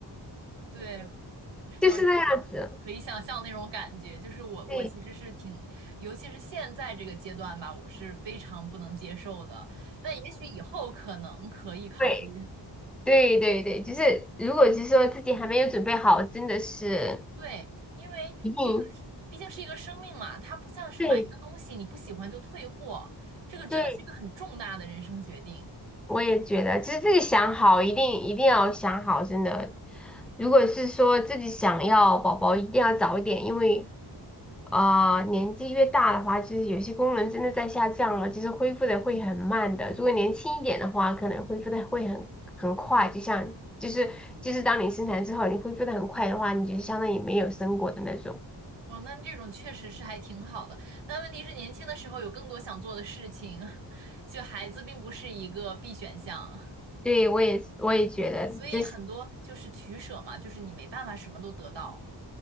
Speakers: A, on the right (about 80°); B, in the centre.
A: 对，
B: 就是那样子。
A: 我可以想象那种感觉，就是我我其实是挺，
B: 对
A: 尤其是现在这个阶段吧，我是非常不能接受的。但也许以后可能可以考虑。
B: 对。对对对，就是如果是说自己还没有准备好，真的是
A: 对，因为这个是毕竟是一个生命嘛，
B: 一定
A: 它不像是买一个东西你不喜欢就退货，
B: 对
A: 这个真的是一个很重大的人生决定。
B: 对，我也觉得，就是自己想好，一定一定要想好，真的。如果是说自己想要宝宝，一定要早一点，因为啊、呃年纪越大的话，就是有些功能真的在下降了，就是恢复的会很慢的。如果年轻一点的话，可能恢复的会很很快，就像就是就是当你生产之后，你恢复的很快的话，你就相当于没有生过的那种。
A: 哦，那这种确实是还挺好的，但问题是年轻的时候有更多想做的事情，<laughs> 就孩子并不是一个必选项，
B: 对，我也我也觉得，
A: 所以很多就是取舍嘛，
B: 这是
A: 就是你没办法什么都得到。